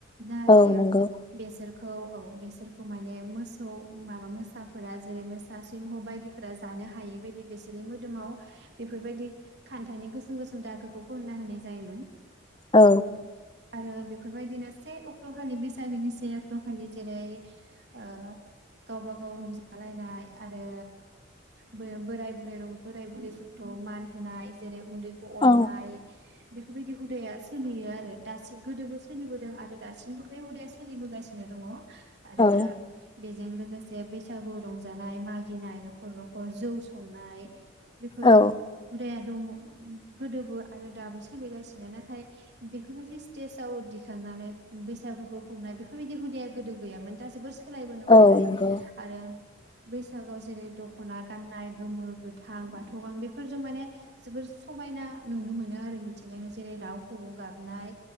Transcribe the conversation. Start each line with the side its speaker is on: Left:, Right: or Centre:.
Right: जाहाथे
Left: औ नंगौ
Right: बेसोर खौ औ बेसोरखौ माने मोसौ माबा मोसाफोरा जेरै मो सा सिंह बायदिफोरा जानो हायै बायदि बिसोरनि मोदोमाव बेफोरबायदि खान्थानि गोसोम गोसोम दागोखौ फोनना होनाय जायोमोन।
Left: औ
Right: आरो बेफोरबायदिनो से अक्ट'खालि बैसागोनि से अक्ट'खालि जेरै ओ गावबा गाव रंजालायनाय आरो बो-बोराय बुरै रं बोराय बुरैफोरखौ मान होनाय जेरै उन्दै खौ
Left: औ
Right: अननाय बेफोरबायदि हुदाया सोलियो आरो दासिम गोदोबो सोलिबोदों आरो दासिमबो बे हुदाया सोलिबोगासिनो दङ। आरो
Left: औ
Right: बेजों लोगोसे बैसाग बैसागु रंजानाय मागिनाय न'खर न'खर जौ संनाय बेफोर
Left: औ
Right: हुदाया दङ गोदोबो आरो दाबो सोलिगासिनो नाथाय बेफोरबायदि स्टेजाव दिखांनानै बैसागुखौ संनाय बेफोरबायदि हुदाया गोदो गैयामोन दा जोबोर सोलायबोनो हमबाय
Left: औ नंगौ
Right: आरो बैसागुआव जेरै दख'ना गाननाय गोमो गोथां बाथ' गां बेफोरजों माने जोबोर समायना नुनो मोनो आरो मिथिंगानि जेरै दाउ खौवौ गाबनाय।